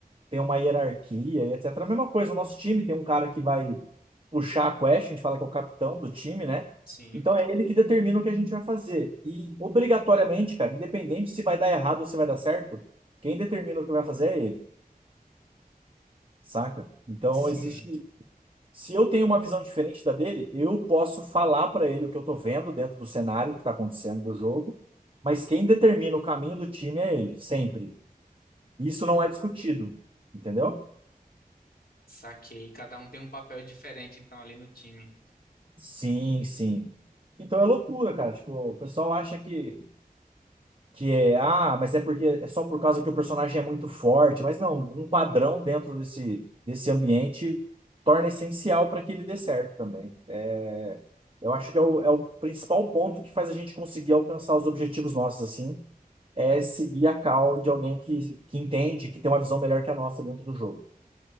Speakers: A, on the right (about 35°); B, on the left (about 75°).
A: tem uma hierarquia e etc. A mesma coisa, o nosso time tem um cara que vai puxar a quest, a gente fala que é o capitão do time, né?
B: sim,
A: Então é ele que determina o que a gente vai fazer. E obrigatoriamente, cara, independente se vai dar errado ou se vai dar certo, quem determina o que vai fazer é ele, saca? Então
B: sim.
A: existe. Se eu tenho uma visão diferente da dele, eu posso falar pra ele o que eu tô vendo dentro do cenário que tá acontecendo do jogo, mas quem determina o caminho do time é ele, sempre. Isso não é discutido, entendeu?
B: Saquei. Cada um tem um papel diferente, então, ali no time.
A: Sim, sim. Então é loucura, cara. Tipo, o pessoal acha que, que é, ah, mas é porque é só por causa que o personagem é muito forte. Mas não, um padrão dentro desse, desse ambiente torna essencial para que ele dê certo também. É, eu acho que é o, é o principal ponto que faz a gente conseguir alcançar os objetivos nossos, assim, é seguir a call de alguém que, que entende, que tem uma visão melhor que a nossa dentro do jogo.